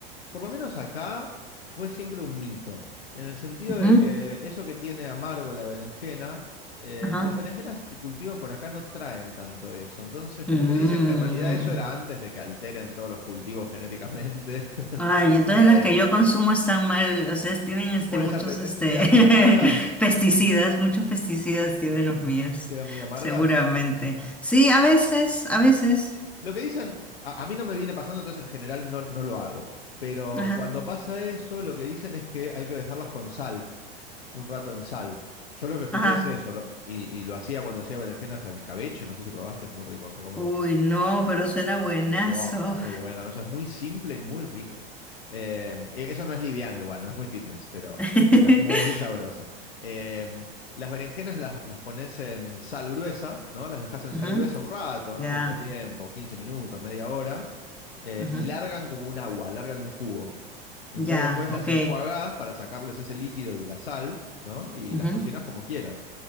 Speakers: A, on the left (about 85°); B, in the centre.
A: por lo menos acá fue siempre un mito, en el sentido de
B: Ujú.
A: que eso que tiene amargo la berenjena, eh,
B: Ajá.
A: las berenjenas que cultivan por acá no traen tanto eso. Entonces, como
B: Mm.
A: que dicen que en realidad eso era antes de que alteren todos los cultivos genéticamente. <laughs>
B: Ay, entonces
A: Eh,
B: las que yo consumo están mal, o sea, tienen este
A: puede
B: muchos
A: ser, te, te-
B: este
A: quedan muy
B: <laughs>
A: amargas,
B: pesticidas, muchos pesticidas tienen los míos,
A: quedan muy amargas.
B: seguramente. Sí, a veces, a veces.
A: Lo que dicen, a, a mí no me viene pasando, entonces en general no, no lo hago. Pero
B: Ajá,
A: cuando pasa eso, lo que dicen es que hay que dejarlas con sal. un rato en sal. Yo lo que escuché
B: ajá.
A: es eso, lo- y, y lo hacía cuando hacía berenjenas al escabeche, no sé si probaste, es muy rico, acá comemos
B: Uy,
A: mucho
B: no,
A: eso.
B: pero suena buenazo.
A: Oh, muy bueno, eso es muy simple y muy rico. Eh, e- eso no es liviano igual, no es muy fitness, pero,
B: <laughs>
A: pero es muy sabroso. Eh, las berenjenas las, las pones en sal gruesa, ¿no? Las dejas en
B: Ujú,
A: sal gruesa un rato,
B: Ya,
A: no mucho tiempo, 15 minutos, media hora, eh,
B: ujú,
A: y largan como un agua, largan un jugo. Entonces
B: ya,
A: después las
B: ok.
A: enjuagás para sacarles ese líquido y la sal, ¿no? Y
B: ujú,
A: las cocinas como quieras.